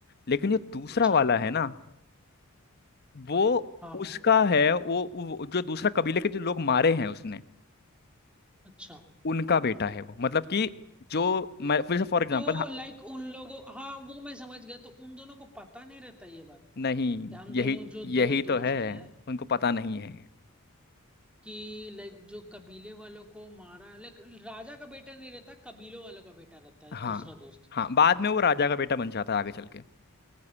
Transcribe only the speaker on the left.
लेकिन जो दूसरा
वाला है ना वो
उसका है वो, वो जो दूसरा कबीले के जो लोग मारे हैं उसने
उनका बेटा है वो मतलब कि जो मैं फिर से फॉर एग्जाम्पल
नहीं
यही
यही तो
है
उनको पता नहीं है
हाँ
हाँ बाद में वो राजा का बेटा बन जाता है आगे चल के